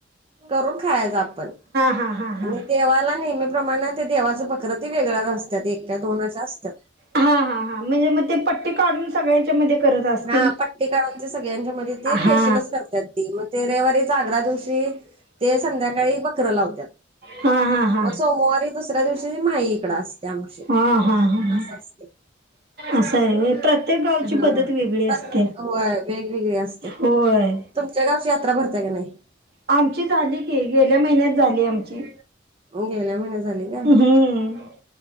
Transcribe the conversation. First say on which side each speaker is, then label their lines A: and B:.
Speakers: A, on the right; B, on the right.
A: करून खायाच आपण,
B: हा हा हा
A: आणि देवाला नेहमी प्रमाण ते देवाच बकर ते वेगळ्याच असत्यात एक का दोनच असत्यात.
B: हा हा हा म्हणजे मग ते पट्टी काढून सगळ्यांच्या मध्ये करत असतील
A: हा पट्टी काढून ते सगळ्यांच्या मध्ये ते
B: हा
A: पेशलच करतात ती म ते रयवारी जागरा दिवशी ते संध्याकाळी बकर लावत्यात.
B: हा हा हा.
A: मग सोमवारी दुसऱ्या दिवशी माही इकडं असत्या आमची
B: हा हा हा
A: असं असते.
B: असं आहे वे प्रत्येक गावची
A: हा
B: पद्धत वेग य असते
A: होय वेगवेगळी असत्या.
B: होय.
A: तुमच्या गावची यात्रा भरत्या काय नाही?
B: आमची झाली की गेल्या महिन्यात झाली आमची.
A: गेल्या महिन्यात झाली काय
B: हम्म